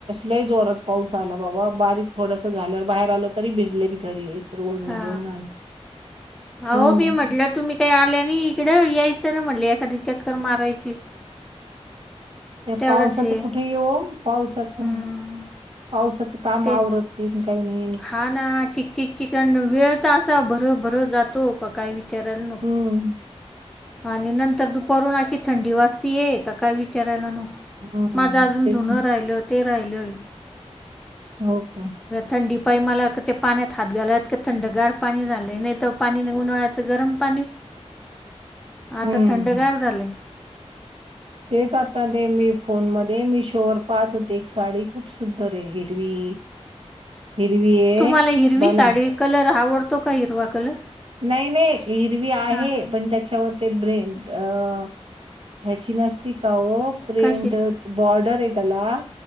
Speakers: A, on the right; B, in the centre.
A: लई जोरात पाऊस आला बाबा. बारीक थोड झाल्यावर बाहेर आलं तरी भिजले मी घ ओढणी
B: हा
A: घेऊन आले. हम्म
B: अहो मी म्हटलं तुम्ही काही आल्या आणि इकडं यायचं ना म्हटले एखादी चक्कर मारायची. तेवढंच
A: पावसाचं
B: हे
A: कुठे येवो पावसाचं
B: हम्म
A: पावसाचं काम
B: तेच
A: आवरत काई नाई.
B: हा ना चिकचिक चिक वेळ तर असा भर भर जातो का काही विचारायला नको
A: हम.
B: आणि नंतर दुपारून अशी थंडी वाचतीय का काय विचारायला नको.
A: हम्म
B: माझं अजून
A: तेच
B: धुनं
A: ना.
B: राहिल ते राहिलय.
A: हो का.
B: थंडी पाई मला ते पाण्यात हात घालात का थंडगार पाणी झालं नाही तर पाणी उनळायचं गरम. <inaudible> आता
A: हम्म
B: थंडगर झालंय.
A: हेच आता ते मी फोन मध्ये मीशोवरर पाहत होते एक साडी खूप सुंदर आहे हिरवी. हिरवी ये
B: तुम्हाला हिरवी
A: बना.
B: साडी कलर आवडतो का हिवा कलर.
A: नाही नाही हिरवी आहे
B: हां
A: पण त्याच्यावर. ते ब्रे अ ह्यची नसती का ओप प्रिंट
B: कशाची
A: बॉर्डर आहे त्याला